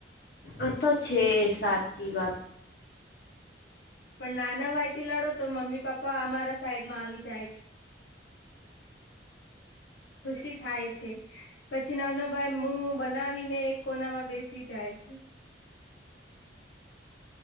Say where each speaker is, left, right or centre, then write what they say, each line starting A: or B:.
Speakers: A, on the left; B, on the left.
A: આતો છે સાચી વાત.
B: પણ નાના ભાઈ થી લડો તો મમ્મી પપ્પા અમારા સાઈડ માં આવી જાય છે. ખુશી થાય છે. પછી નાનો ભાઈ મુું બનાવી ને એક કોનામાં બેસી જાય છે.